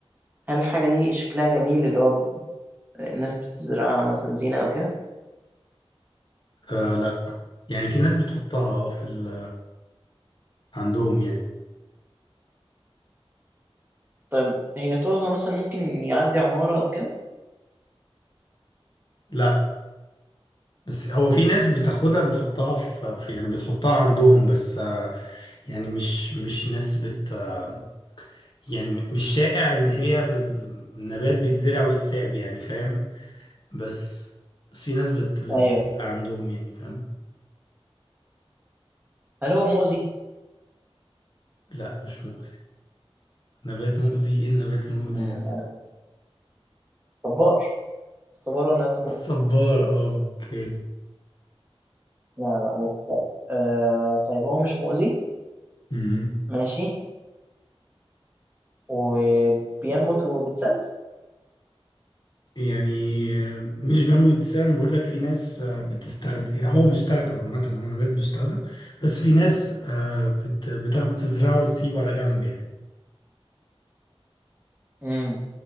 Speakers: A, on the right; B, on the left.
A: هل الحاجه دي شكلها جميل اللي هو الناس بتزرعها مثلا زينه او كده
B: آه لا يعني في ناس بتحطها اه في ال... عندهم يعني
A: طيب هي طولها مثلا ممكن يعدي عمارة أو كده؟
B: لا بس هو في ناس بتاخدها بتحطها في في- يعني بتحطها عندهم بس آه، يعني مش مش ناس بت آه، يعني م- مش شائع ان هي ب... ب- نبات بيتزرع ويتساب يعني فاهم بس بس في ناس بت... بت...
A: أيوه
B: عندهم يعني فاهم
A: هل هو مؤذي؟
B: لا مش مؤذي نبات مؤذي ايه النبات المؤذي
A: امم
B: ده
A: أنا صبار الصبار ولا نبات مؤذي؟
B: صبار اه اوكي
A: لا لا مؤذي طيب آه طيب هو مش مؤذي
B: امم
A: ماشي وبينبت وبيتسد؟
B: يعني آه، مش بامبي بتستخدم بقول لك في ناس آه، بتستخدم هو بيستخدم عامة هو نبات بيستخدم بس في ناس آه، بت... بتاخده تزرعه وتسيبه على جنب يعني
A: امم